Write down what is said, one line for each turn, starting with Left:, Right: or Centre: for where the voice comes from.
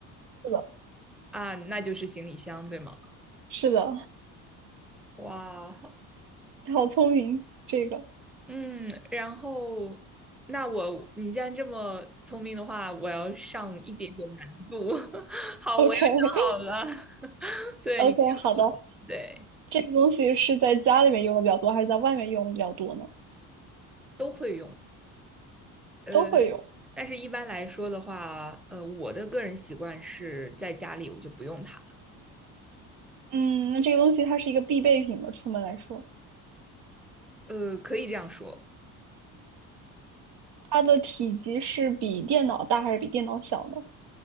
Right: 是的，
Centre: 啊，那就是行李箱，对吗？
Right: 是的，
Centre: 哇
Right: <laughs> 好聪明，这个。
Centre: <laughs>，嗯，然后那我你既然这么聪明的话，我要上一点点难度。<laughs> 好，
Right: OK
Centre: 我又想好了，<laughs>
Right: <laughs>
Centre: 对，
Right: OK，
Centre: 你可以问我，
Right: 好的。
Centre: 对。
Right: 这个东西是在家里面用的比较多，还是在外面用的比较多呢？
Centre: 都会用。呃，
Right: 都会用。
Centre: 但是一般来说的话，呃，我的个人习惯是在家里我就不用它了。
Right: 嗯，那这个东西它是一个必备品吗？出门来说，
Centre: 呃，可以这样说，
Right: 它的体积是比电脑大还是比电脑小呢？